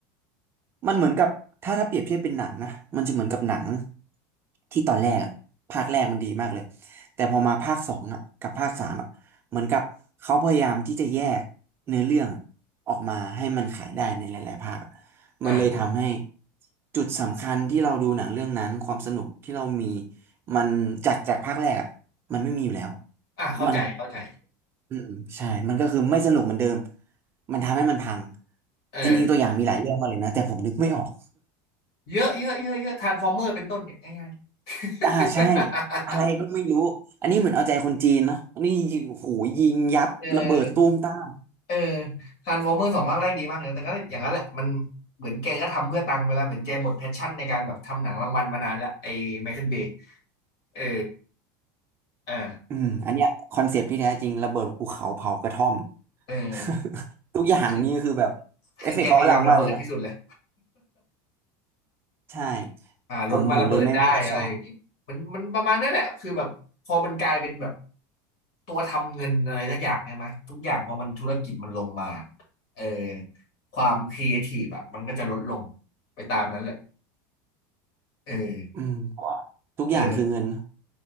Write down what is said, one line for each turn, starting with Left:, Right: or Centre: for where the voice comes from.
Right: มันเหมือนกับถ้าถ้าเปรียบเทียบเป็นหนังนะมันจะเหมือนกับหนังที่ตอนแรกอะภาคแรกมันดีมากเลยแต่พอมาภาคสองอะกับภาคสามอะเหมือนกับเขาพยายามที่จะแยกเนื้อเรื่องอะออกมาให้มันขายได้ในหลายๆภาค
Left: อ่า
Right: มันเลยทำให้จุดสำคัญที่เราดูหนังเรื่องนั้นความสนุกที่เรามีมันจากจากภาคแรกอะมันไม่มีอยู่แล้ว
Left: อ่าเข้าใจเข้าใจ
Right: มัน อืมใช่มันก็คือไม่สนุกเหมือนเดิมมันทำให้มันพัง
Left: เออ
Right: จริงๆตัวอย่างมีหลายเรื่องมากเลยนะแต่ผมนึกไม่ออก
Left: เยอะเยอะเยอะเยอะทรานส์ฟอร์เมอร์เป็นต้นเนี่ยง่าย
Right: อ่าใช่
Left: ๆ
Right: อะไรก็ไม่รู้ อันนี้เหมือนเอาใจคนจีนเนาะอันนี้โอ้โหูยิงยับระเบิดตูมตาม
Left: เออเออทรานส์ฟอร์เมอร์สองภาคแรกดีมากเลยแต่ก็อย่างนั้นแหละมันเหมือนแกก็ทำเพื่อตังค์ไปแล้วเหมือนแกหมดแพชชั่นในการแบบทำหนังรางวัลมานานแล้วไอ้ไมเคิลเบย์เอออ่า
Right: อืมอันเนี้ยคอนเซปต์ที่แท้จริงระเบิดภูเขาเผากระท่อม
Left: เออ
Right: <laughs> ทุกอย่างนี่คือแบบ
Left: เออคือคือแกพยายามระเบิดที่สุดเลย
Right: เอฟเฟกต์เขาอลังมากเลยนะใช่
Left: หารถมาระเบิดได้อะไรอย่างนี้มันมันประมาณนั่นแหละคือแบบพอมันกลายเป็นแบบ
Right: ผมผมเลยไม่ไม่ค่อยชอบ
Left: ตัวทำเงินอะไรสักอย่างใช่ไหมทุกอย่างพอมันธุรกิจมันลงมาเออความครีเอทีฟอะมันก็จะลดลงไปตามนั้นแหละเออ
Right: อืมเพราะว่าทุกอย่างคือเงินเนอะ
Left: เออ